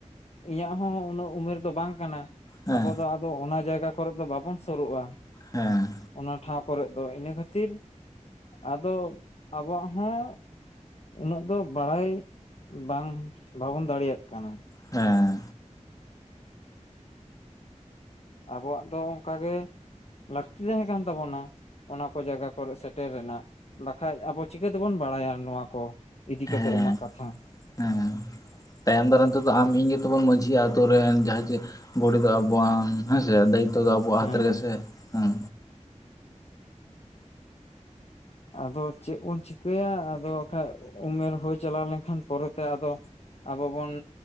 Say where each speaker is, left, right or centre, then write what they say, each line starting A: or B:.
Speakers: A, on the left (about 55°); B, on the left (about 30°).
A: ᱤᱧᱟᱹᱜ ᱦᱚᱸ ᱩᱱᱟᱹᱜ ᱩᱢᱮᱨ ᱫᱚ ᱵᱟᱝ ᱠᱟᱱᱟ
B: ᱦᱮᱸ
A: ᱟᱵᱚ ᱫᱚ ᱟᱫᱚᱼᱼᱼ ᱫᱚ ᱚᱱᱟ ᱡᱟᱭᱜᱟ ᱠᱚ ᱨᱮ ᱫᱚ ᱵᱟᱵᱚᱱ ᱥᱩᱨᱩᱜᱼᱟ
B: ᱦᱮᱸ
A: ᱚᱱᱟ ᱴᱷᱟᱶ ᱠᱚ ᱨᱮᱫ ᱫᱚ ᱤᱱᱟᱹ ᱠᱷᱟᱹᱛᱤᱨ ᱟᱫᱚ ᱟᱵᱚᱣᱟᱜ ᱦᱚᱸᱼᱼ ᱩᱱᱟᱹᱜ ᱫᱚ ᱵᱟᱲᱟᱭ ᱵᱟᱝ ᱵᱟᱵᱚᱱ ᱫᱟᱲᱮᱭᱟᱜ ᱠᱟᱱᱟ᱾
B: ᱦᱮᱸ
A: ᱟᱵᱚᱣᱟᱜ ᱫᱚ ᱚᱱᱠᱟ ᱜᱮᱼᱼ ᱞᱟᱹᱠᱛᱤ ᱛᱟᱦᱮᱸ ᱠᱟᱱ ᱛᱟᱵᱚᱱᱟ ᱚᱱᱟ ᱠᱚ ᱡᱟᱭᱜᱟ ᱠᱚᱨᱮ ᱥᱮᱴᱮᱨ ᱨᱮᱱᱟᱜᱼᱼ ᱵᱟᱠᱷᱟᱡ ᱟᱵᱚ ᱪᱤᱠᱟᱹ ᱛᱮᱵᱚᱱ ᱵᱟᱲᱟᱭᱟ ᱱᱚᱣᱟ ᱠᱚ ᱤᱫᱤ ᱠᱟᱛᱮᱜ
B: ᱦᱮᱸ
A: ᱨᱮᱱᱟᱜ ᱠᱟᱛᱷᱟ
B: ᱦᱮᱸ ᱛᱟᱭᱚᱢ ᱫᱟᱨᱟᱢ ᱛᱮ ᱫᱚ ᱟᱢ ᱤᱧ ᱜᱮᱛᱚ ᱵᱚᱱ ᱢᱟᱺᱡᱷᱤᱼᱟ ᱟᱹᱛᱳ ᱨᱮᱱ ᱡᱟᱦᱟᱸᱭ ᱡᱮ ᱜᱷᱩᱲᱤ ᱫᱚ ᱟᱵᱚᱣᱟᱜ ᱦᱮᱸᱥᱮ ᱫᱟᱭᱤᱛᱛᱚ ᱫᱚ ᱟᱵᱚᱣᱟᱜ
A: ᱦᱮᱸ
B: ᱦᱟᱛ ᱨᱮ ᱜᱮ ᱥᱮ ᱦᱮᱸ
A: ᱟᱫᱚ ᱪᱮᱫ ᱵᱚᱱ ᱪᱤᱠᱟᱹᱭᱟ ᱟᱫᱚ ᱵᱟᱠᱷᱟᱡ ᱩᱢᱮᱨ ᱦᱩᱭ ᱪᱟᱞᱟᱣ ᱞᱮᱱ ᱠᱷᱟᱱ ᱯᱚᱨᱮ ᱛᱮ ᱟᱫᱚᱼᱼ ᱟᱵᱚ ᱵᱚᱱ